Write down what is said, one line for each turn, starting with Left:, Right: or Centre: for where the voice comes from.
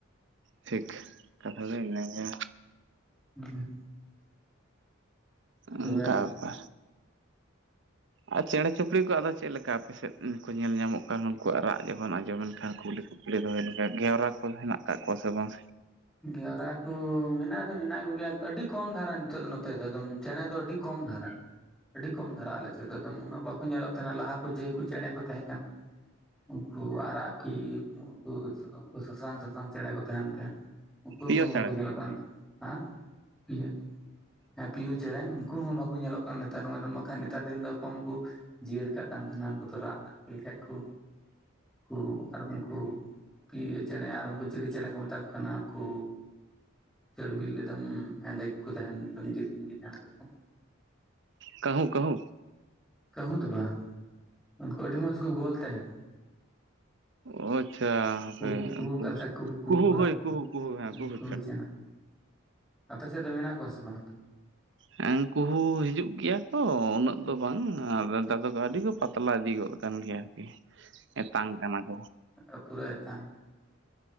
Right: ᱴᱷᱤᱠ ᱠᱟᱛᱷᱟ ᱫᱚ ᱤᱱᱟᱹ ᱜᱮ।
Centre: ᱦᱩᱸ ᱛᱚᱵᱮ
Right: ᱚᱱᱠᱟ ᱵᱮᱯᱟᱨ ᱟᱨ ᱪᱮᱬᱮ ᱪᱩᱯᱲᱤ ᱠᱚ ᱟᱫᱚ ᱪᱮᱫᱞᱮᱠᱟ ᱟᱯᱮ ᱥᱮᱫ ᱠᱚ ᱧᱮᱞ ᱧᱟᱢᱚᱜ ᱠᱟᱱ ᱩᱱᱠᱩᱣᱟᱜ ᱨᱟᱜ ᱡᱚᱠᱷᱚᱱ ᱟᱸᱡᱚᱢᱮᱱ ᱠᱷᱟᱱ ᱠᱩᱭᱞᱤ ᱠᱚ ᱥᱤᱲᱤ ᱫᱚᱦᱚᱭ <unintelligible> ᱱᱚᱝᱠᱟ ᱜᱷᱣᱨᱟ ᱠᱚ ᱦᱮᱱᱟᱜ ᱠᱟᱜ ᱠᱚᱣᱟ ᱥᱮ ᱵᱟᱝ
Centre: ᱜᱷᱣᱨᱟ ᱠᱚ ᱢᱮᱱᱟᱜ ᱫᱚ ᱢᱮᱱᱟᱜ ᱠᱚᱜᱮᱭᱟ ᱟᱹᱰᱤ ᱠᱚᱢ ᱫᱷᱟᱨᱟ ᱧᱚᱜ। ᱱᱤᱛᱚᱜ ᱫᱚ ᱱᱚᱛᱮ ᱫᱚ <unintelligible> ᱮᱠᱫᱚᱢ ᱪᱮᱬᱮ ᱫᱚ ᱟᱹᱰᱤ ᱠᱚᱢ ᱫᱷᱟᱨᱟ। ᱟᱹᱰᱤ ᱠᱚᱢ ᱫᱷᱟᱨᱟ ᱟᱞᱮᱥᱮᱫ ᱫᱚ <unintelligible> ᱮᱠᱫᱚᱢ ᱩᱱᱟᱹᱜ ᱵᱟᱠᱚ ᱧᱮᱞᱚᱜ ᱛᱟᱦᱮᱱᱟ ᱞᱟᱦᱟ ᱠᱚ ᱡᱮ ᱠᱚ ᱪᱮᱬᱮ ᱠᱚ ᱛᱟᱦᱮᱸ ᱠᱟᱱᱟ। ᱩᱱᱠᱩ ᱟᱨᱟᱜ ᱠᱤ ᱩᱱᱠᱩ ᱩᱱᱠᱩ ᱥᱟᱥᱟᱝ ᱥᱟᱥᱟᱝ ᱪᱮᱬᱮ ᱠᱚ ᱛᱟᱦᱮᱱ ᱛᱟᱦᱮᱸᱫ। ᱩᱱᱠᱩ ᱩᱱᱠᱩ
Right: ᱯᱤᱭᱳ
Centre: ᱦᱚᱸ
Right: ᱪᱮᱬᱮ
Centre: ᱵᱟᱠᱚ ᱧᱮᱞᱚᱜ <unintelligible> ᱠᱟᱱᱟᱛᱚ ᱦᱮᱸ <unintelligible> ᱯᱤᱭᱳ ᱦᱮᱸ ᱯᱤᱭᱳ ᱪᱮᱬᱮ ᱩᱱᱠᱩ ᱦᱚᱸ ᱵᱟᱠᱚ ᱧᱮᱞᱚᱜ ᱠᱟᱱ ᱱᱮᱛᱟᱨ ᱢᱟ ᱫᱚᱢᱮ ᱠᱷᱟᱱ ᱱᱮᱛᱟᱨ ᱫᱤᱱ ᱫᱚ ᱩᱱᱠᱩ ᱡᱤᱭᱟᱹᱲ ᱠᱟᱜ ᱠᱟᱱ ᱛᱟᱦᱮᱱᱟ ᱩᱱᱠᱩ ᱫᱚ ᱨᱟᱜ ᱞᱮᱠᱷᱟᱡ ᱠᱚ ᱠᱩ ᱟᱫᱚ ᱩᱱᱠᱩ ᱯᱤᱭᱳ ᱪᱮᱬᱮ ᱟᱨ ᱩᱱᱠᱩ ᱪᱤᱞᱤ ᱪᱮᱬᱮ ᱠᱚ ᱢᱮᱛᱟ ᱠᱚ ᱠᱟᱱᱟ ᱠᱩ ᱪᱟᱹᱲᱵᱤᱞ ᱞᱮᱫᱟᱢ ᱦᱮᱸᱫᱮ ᱜᱮᱠᱚ ᱛᱟᱦᱮᱱ ᱫᱚᱢ ᱡᱤᱞᱤᱧ ᱜᱮ ᱛᱟᱦᱮᱱ ᱛᱟᱠᱚ
Right: ᱠᱟᱹᱦᱩᱸ ᱠᱟᱹᱦᱩᱸ
Centre: ᱠᱟᱹᱦᱩᱸ ᱫᱚ ᱵᱟᱝ ᱩᱱᱠᱩ ᱟᱹᱰᱤ ᱢᱚᱸᱡᱽ ᱠᱚ ᱜᱳᱞ ᱛᱟᱦᱮᱱ
Right: ᱚ ᱟᱪᱪᱷᱟ ᱦᱟᱯᱮ
Centre: ᱠᱩᱦᱩ ᱠᱩᱦᱩ
Right: ᱩᱱᱠᱩ
Centre: ᱚᱠᱟ ᱞᱮᱠᱟ
Right: ᱫᱚ
Centre: ᱠᱩᱦᱩ ᱠᱩᱦᱩ ᱠᱚ
Right: ᱦᱳᱭ
Centre: ᱨᱟᱜ ᱛᱟᱦᱮᱸᱱ
Right: ᱠᱩᱦᱩ ᱠᱩᱦᱩ ᱦᱮᱸ ᱠᱩᱦᱩ
Centre: ᱩᱱᱠᱩ ᱪᱮᱬᱮ ᱟᱯᱮ ᱥᱮᱫ ᱫᱚ ᱢᱮᱱᱟᱜ ᱠᱚᱣᱟ ᱥᱮ ᱵᱟᱝ
Right: ᱦᱮᱸ ᱠᱩᱦᱩ ᱦᱤᱡᱩᱜ ᱜᱮᱭᱟ ᱠᱚ ᱩᱱᱟᱹᱜ ᱫᱚ ᱵᱟᱝ ᱟᱨ <unintelligible> ᱫᱟᱫᱟ ᱠᱚ ᱟᱹᱰᱤ ᱯᱟᱛᱞᱟ ᱤᱫᱤ ᱜᱚᱫ ᱠᱟᱱ ᱜᱮᱭᱟ ᱟᱨᱠᱤ ᱮᱛᱟᱝ ᱠᱟᱱᱟ ᱠᱚ।
Centre: ᱚ ᱯᱩᱨᱟᱹ ᱮᱛᱟᱝ